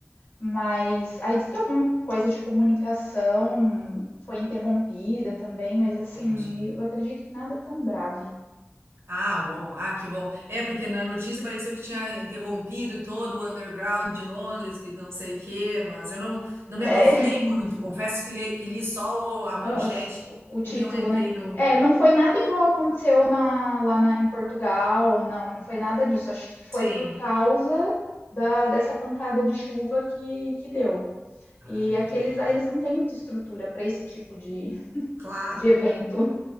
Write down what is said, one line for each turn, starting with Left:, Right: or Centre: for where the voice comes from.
Left: Mas aí diz que alguma coisa de comunicação foi interrompida também, mas assim,
Right: Entendi.
Left: eu acredito que nada tão grave.
Right: Ah, bom. Ah, que bom. É, porque na notícia pareceu que tinha interrompido todo o underground de Londres, que não sei o quê, mas eu não, não
Left: É,
Right: me aprofundei
Left: <laughs>
Right: muito. Confesso que li, que li só o- a manchete
Left: as- o título,
Right: e não entrei
Left: né?
Right: no.
Left: É, não foi nada igual aconteceu na- lá na- em Portugal, não, não foi nada disso. Acho que foi
Right: Sim.
Left: por causa da- dessa pancada de chuva que, que deu.
Right: Ah,
Left: E
Right: entendi.
Left: aqueles aí eles não têm muita estrutura para esse tipo de,
Right: Claro,
Left: de evento.